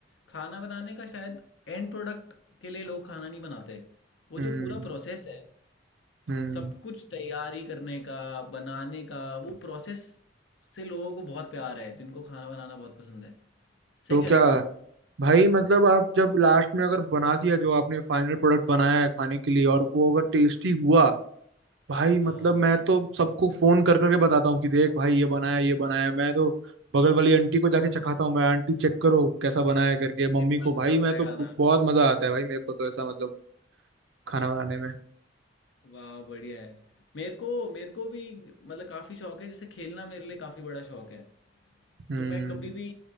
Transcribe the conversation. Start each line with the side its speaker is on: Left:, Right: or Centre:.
Left: खाना बनाने का शायद एंड प्रोडक्ट के लिए लोग खाना नहीं बनाते वो
Right: हम्म
Left: जो पूरा प्रोसेस है
Right: हम्म
Left: सब कुछ तैयारी करने का बनाने का वो प्रोसेस से लोगों को बहुत प्यार है जिनको खाना बनाना बहुत पसंद है सही
Right: तो
Left: कह
Right: क्या
Left: रहा हूँ ना
Right: भाई मतलब आप जब लास्ट में अगर बना दिया जो आपने फाइनल प्रोडक्ट बनाया है खाने के लिए और वो अगर टेस्टी हुआ भाई
Left: हाँ
Right: मतलब मैं तो सबको फोन कर करके बताता हूँ कि देख भाई ये बनाया ये बनाया मैं तो बगल वाली आंटी को जाके चखाता हूँ मैं आंटी चेक करो कैसा बनाया करके
Left: कितना
Right: मम्मी को भाई
Left: अच्छा
Right: मैं
Left: बनाया
Right: तो
Left: खाना
Right: ब- बहुत मजा आता है भाई मेरे को तो ऐसा मतलब खाना बनाने में
Left: वाह बढ़िया है मेरे को मेरे को भी मतलब काफ़ी शौक है जैसे खेलना मेरे लिए काफ़ी बड़ा शौक है
Right: हम्म
Left: तो मैं कभी भी